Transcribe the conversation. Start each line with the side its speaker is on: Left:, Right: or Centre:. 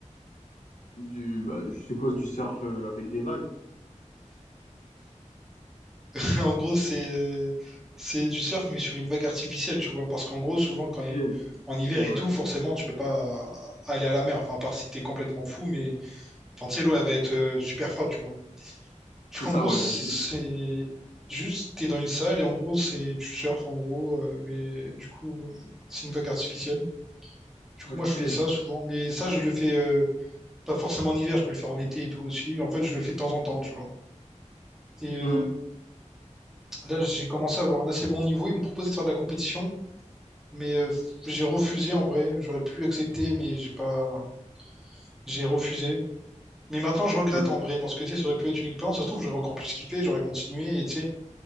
Left: Du, bah, je suppose du surf euh, avec des vagues.
Centre: <laughs> En gros, c'est euh, c'est du surf, mais sur une vague artificielle, tu vois. Parce qu'en gros, souvent, quand il-
Left: Ok,
Centre: en hiver
Left: ok,
Centre: et
Left: ouais.
Centre: tout, forcément, tu peux pas aller à la mer. Enfin, à part si t'es complètement fou, mais enfin, tu sais, l'eau, elle va être euh, super froide, tu vois.
Left: C'est
Centre: Donc, en
Left: ça,
Centre: gros,
Left: ouais,
Centre: c'est
Left: du coup.
Centre: juste, t'es dans une salle et en gros, c'est tu surfes, en gros, euh, mais du coup, euh, c'est une vague artificielle. Du coup,
Left: Ok.
Centre: moi, je fais ça souvent. Mais ça, je le fais euh, pas forcément en hiver, je peux le faire en été et tout aussi. En fait, je le fais de temps en temps, tu vois. Et euh,
Left: Hmm,
Centre: là, j'ai commencé à avoir un assez bon niveau. Ils m'ont proposé de faire de la compétition. Mais euh, j'ai refusé en vrai. J'aurais pu accepter, mais j'ai pas. J'ai refusé. Mais maintenant, je regrette
Left: c'est pas-
Centre: en vrai, parce que tu sais, ça aurait pu être une expérience. Ça se trouve, j'aurais encore plus kiffé, j'aurais continué, et tu sais.